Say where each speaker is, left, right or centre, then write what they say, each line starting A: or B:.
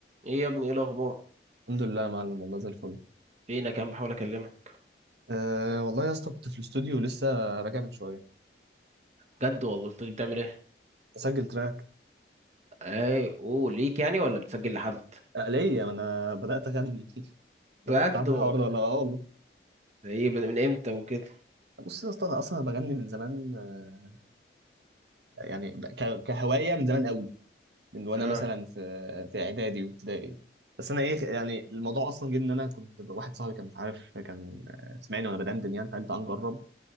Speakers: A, on the right; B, on the right.
A: ايه يا ابني ايه الاخبار
B: الحمد لله يا معلم والله زي الفل
A: فينك يا عم بحاول اكلمك
B: أه والله يا اسطى كنت في الاستوديو لسه راجع من شويه
A: بجد والله بتقولي بتعمل ايه
B: اسجل تراك
A: اي اوه ليك يعني ولا بتسجل لحد
B: أه ليه ما انا بدات اغني <laughs>
A: بجد
B: شفت تعرف
A: و-
B: الحوار ده ولا اه والله
A: ايه من من امتى وكده
B: بص يا اسطى انا اصلا بغني من زمان آه، يعني ب- ك- كهوايه من زمان قوي من وانا
A: اه
B: مثلا في في اعدادي وابتدائي بس انا ايه يعني الموضوع اصلا جه ان انا كنت ب- واحد صاحبي كان مش عارف كان آه، سمعني وانا بدندن يعني فقال تعال نجرب